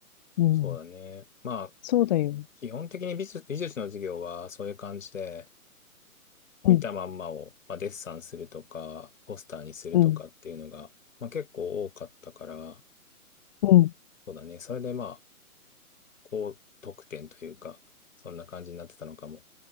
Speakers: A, on the left; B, on the left.
A: うん。
B: そうだね。まあ、
A: そうだよ。
B: 基本的に美術、美術の授業はそういう感じで、見たまんまを、
A: うん、
B: まあ、デッサンするとか、ポスターにするとかっていうのが、
A: うん、
B: まあ、結構多かったから、
A: うん。
B: そうだね。それでまあ、高得点というか、そんな感じになってたのかも